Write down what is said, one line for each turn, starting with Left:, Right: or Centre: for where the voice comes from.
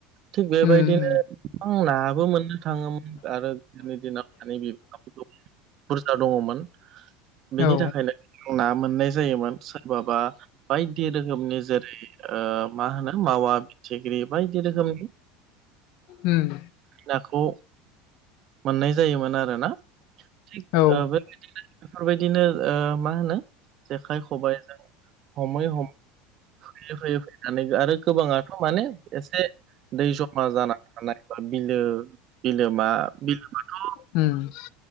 Right: थिग बेबायदिनो
Left: उम उम
Right: गोबां नाबो मोननो थाङोमोन आरो गोदोनि दिनाव <unintelligible> बुरजा दङमोन बेनि
Left: औ
Right: थाखायनो ना मोननाय जायोमोन सोरबाबा बायदि रोखोमनि जेरै मा होनो मावा फिथिख्रि बायदि रोखोमनि
Left: उम
Right: नाखौ मोननाय जायोमोन आरोना थिग
Left: औ
Right: बेबायदिनो बेफोरबायदिनो ओ मा होनो जेखाइ खबाइजों हमै हमै फैयै फैयै फैनानै आरो गोबाङाथ माने एसे दै जमा जानानै‌ थानाय बा बिलो बिलोमा बिलोमाथ
Left: उम